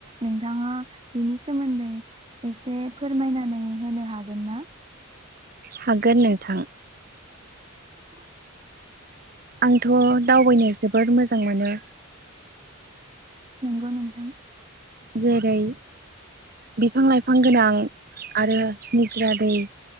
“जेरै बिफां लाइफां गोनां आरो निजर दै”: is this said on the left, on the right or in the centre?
Right